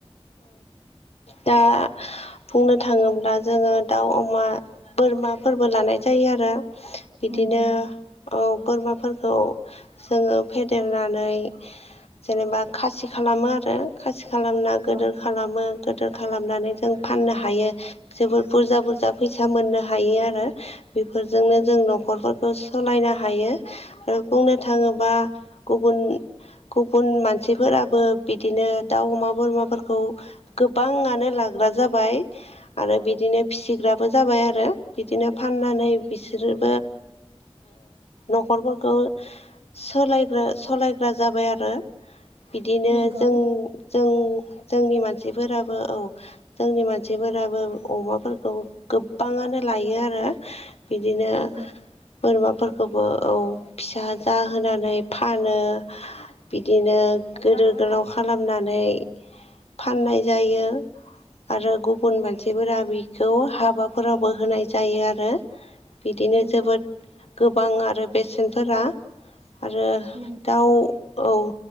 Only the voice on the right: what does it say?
नंगौ
औ
नंगौ
औ
नंगौ नंगौ
नंगौ
नंगौ